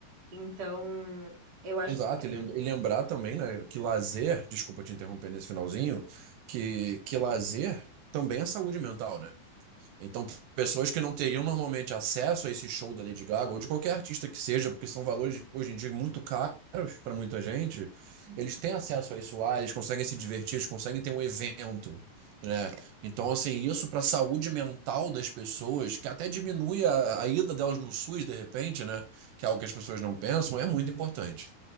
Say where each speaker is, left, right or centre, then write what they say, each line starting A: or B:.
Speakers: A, on the right; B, on the right.
A: Então, eu acho
B: Exato,
A: que
B: e lem- e lembrar também, né, que lazer, desculpa te interromper nesse finalzinho, que, que lazer também é saúde mental, né? Então, pessoas que não teriam normalmente acesso a esse show da Lady Gaga ou de qualquer artista que seja, porque são valores hoje em dia muito caros para muita gente,
A: é
B: eles têm acesso a isso lá, eles conseguem se divertir, eles conseguem ter um evento, né? Então, assim, isso para a saúde mental das pessoas, que até diminui a, a ida delas no SUS de repente, né? Que é algo que as pessoas não pensam, é muito importante.